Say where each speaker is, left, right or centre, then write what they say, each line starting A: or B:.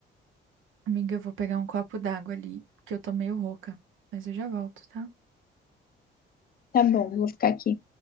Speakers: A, on the right; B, on the left.
A: Amiga, eu vou pegar um copo d'água ali, que eu tô meio rouca. Mas eu já volto, tá?
B: Tá bom, vou ficar aqui.